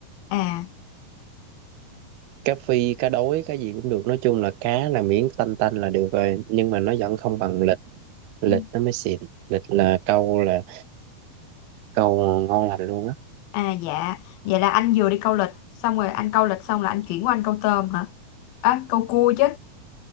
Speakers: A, on the left; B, on the right.
A: à
B: cá phi cá đối cá gì cũng được nói chung là cá là miếng tanh tanh là được rồi nhưng mà nó vẫn không bằng lịch lịch
A: ừ.
B: nó mới xịn lịch là câu là câu ngon lành luôn á
A: à dạ vậy là anh vừa đi câu lịch xong rồi anh câu lịch xong là anh chuyển qua anh câu tôm hả à, câu cua chứ